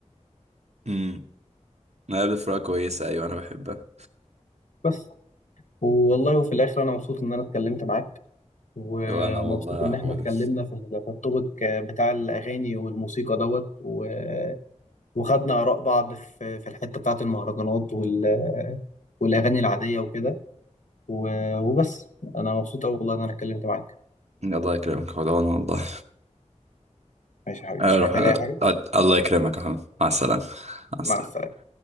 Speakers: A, on the right (about 60°); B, on the left (about 80°).
A: امم ما قبل فراق كويسه ايوه انا بحبها
B: بس والله وفي الآخر أنا مبسوط إن أنا اتكلمت معاك ومبسوط
A: وانا والله
B: إن
A: يا حود
B: إحنا اتكلمنا في ال- في التوبيك بتاع الأغاني والموسيقى دوت و- وخدنا آراء بعض في في الحتة بتاعة المهرجانات وال والأغاني العادية وكده و- وبس أنا مبسوط أوي والله إن أنا اتكلمت معاك
A: الله يكرمك حود وانا والله
B: ماشي يا حبيبي
A: اروح
B: مش محتاج
A: أنا...
B: أي حاجة
A: الله يكرمك يا حود مع السلامة مع السلامة
B: مع السلامة